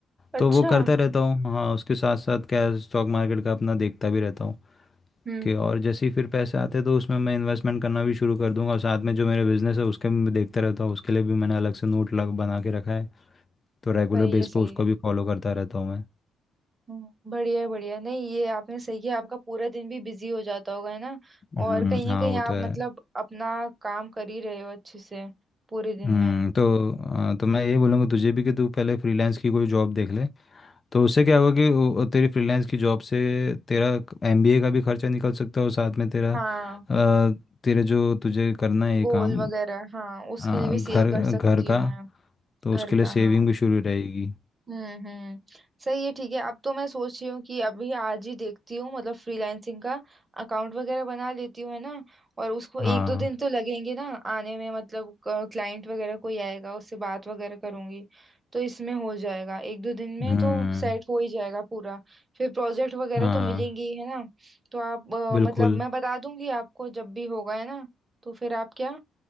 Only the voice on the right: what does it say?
अच्छा
हम्म
सही
है सही
है
हम्म बढ़िया है बढ़िया है। नहीं ये आपने सही किया आपका पूरा दिन भी बिजी हो जाता होगा है ना
और कहीं ना
कहीं
आप
मतलब अपना काम कर ही रहे हो अच्छे से पूरे दिन
में
हाँ
गोल
वगैरह हाँ उसके
लिए भी
सेव कर
सकती हूँ
मैं
घर
का
हाँ
हम्म हम्म सही है ठीक है अब तो मैं सोच रही हूँ कि अभी आज ही देखती हूँ मतलब फ्रीलांसिंग का अकाउंट वगैरह बना लेती हूँ है ना और उसको
एक दो दिन तो लगेंगे ना आने में मतलब क्लाइंट वगैरह कोई आएगा उससे बात वगैरह करूंगी तो इसमें हो जाएगा एक दो दिन में
तो सेट हो ही जाएगा पूरा फिर प्रोजेक्ट वगैरह
तो मिलेंगे ही है ना तो आप अ,
मतलब मैं बता दूंगी आपको जब भी होगा है ना तो फिर आप क्या